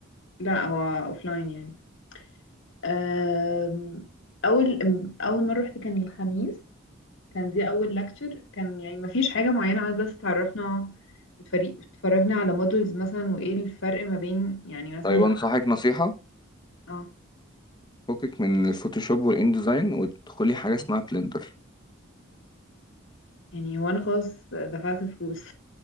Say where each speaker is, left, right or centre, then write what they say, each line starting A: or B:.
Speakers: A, on the left; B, on the left.
A: لا هو لاين يعني آم، اول أم- اول مره رحت كان الخميس كان دي اول lecture كان يعني ما فيش حاجه معينه عايز بس تعرفنا وتفري- اتفرجنا على مودلز مثلا وايه الفرق ما بين يعني مثلا
B: طيب انصحك نصيحة
A: اه
B: فكك من الفوتوشوب والان ديزاين وادخلي حاجة اسمها بلندر
A: يعني وانا خلاص دفعت فلوس